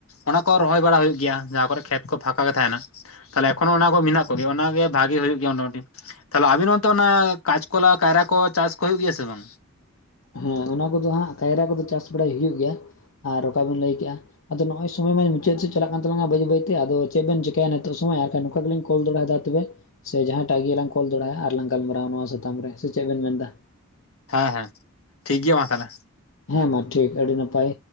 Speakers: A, on the left (about 80°); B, on the left (about 60°).
A: ᱚᱱᱟ ᱠᱚ ᱨᱚᱦᱚᱭ ᱵᱟᱲᱟ ᱦᱩᱭᱩᱜ ᱜᱮᱭᱟ, ᱡᱟᱦᱟᱸ ᱠᱚᱨᱮ ᱠᱷᱮᱛ ᱠᱚ ᱯᱷᱟᱸᱠᱟ ᱜᱮ ᱛᱟᱦᱮᱸᱱᱟ᱿ ᱛᱟᱦᱚᱞᱮ ᱮᱠᱷᱚᱱᱚ ᱚᱱᱟ ᱠᱚ ᱢᱮᱱᱟᱜ ᱠᱚᱜᱮ, ᱚᱱᱟᱜᱮ ᱵᱷᱟᱜᱤ ᱦᱩᱭᱩᱜ ᱜᱮᱭᱟ ᱢᱚᱴᱟᱢᱚᱴᱤ᱾ ᱛᱟᱦᱞᱮ ᱟᱵᱤᱱ ᱚᱱᱛᱮ ᱚᱱᱟ ᱠᱟᱪ ᱠᱚᱞᱟ ᱠᱟᱭᱨᱟ ᱠᱚ ᱪᱟᱥ ᱠᱚ ᱦᱩᱭᱩᱜ ᱜᱮᱭᱟ ᱥᱮ ᱵᱟᱝᱟ?
B: ᱦᱮᱸ ᱚᱱᱟ ᱠᱚᱫᱚ ᱦᱟᱸᱜ ᱠᱟᱭᱨᱟ ᱠᱚᱫᱚ ᱪᱟᱥ ᱵᱟᱲᱟᱭ ᱦᱩᱭᱩᱜ ᱜᱮᱭᱟ, ᱟᱨ ᱚᱠᱟ ᱵᱤᱱ ᱞᱟᱹᱭ ᱠᱮᱫᱼᱟ ᱟᱫᱚ ᱱᱚᱜ-ᱚᱭ ᱥᱚᱢᱚᱭ ᱢᱟ ᱢᱩᱪᱟᱹᱫ ᱥᱮᱫ ᱪᱟᱞᱟᱜ ᱠᱟᱱ ᱛᱟᱞᱟᱝᱟ ᱵᱟᱹᱭ ᱵᱟᱹᱭᱛᱮ ᱟᱫᱚ ᱪᱮᱫ ᱵᱮᱱ ᱪᱮᱠᱟᱭᱟ ᱱᱮ ᱛᱚᱜ ᱥᱚᱢᱚᱭ ᱟᱨᱠᱷᱟᱱ ᱱᱚᱠᱟ ᱜᱮᱞᱤᱧ ᱠᱚᱞ ᱫᱚᱲᱦᱟᱭᱮᱫᱟ ᱛᱚᱵᱮ. ᱥᱮ ᱡᱟᱦᱟᱸᱭ ᱴᱟᱜ ᱜᱤ ᱞᱟᱝ ᱠᱚᱞ ᱫᱚᱲᱦᱟᱭᱟ ᱟᱨ ᱞᱟᱝ ᱜᱟᱞᱢᱟᱨᱟᱣᱟ ᱱᱚᱣᱟ ᱥᱟᱛᱟᱢ ᱨᱮ, ᱥᱮ ᱪᱮᱫ ᱵᱮᱱ ᱢᱮᱱ ᱮᱫᱟ?
A: ᱦᱮᱸ ᱦᱮᱸ, ᱴᱷᱤᱠ ᱜᱮᱭᱟ ᱢᱟ ᱛᱟᱦᱚᱞᱮ᱾
B: ᱦᱮᱸ ᱢᱟ ᱴᱷᱤᱠ ᱟᱹᱰᱤ ᱱᱟᱯᱟᱭ᱾